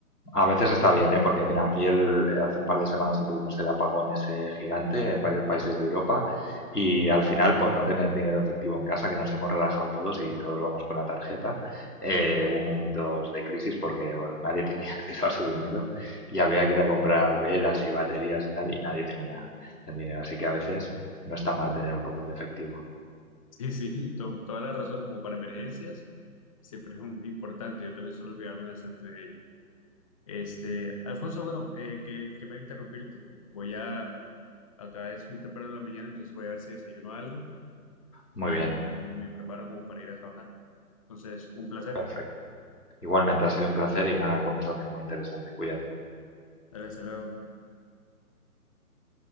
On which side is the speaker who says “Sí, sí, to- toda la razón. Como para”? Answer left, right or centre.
Left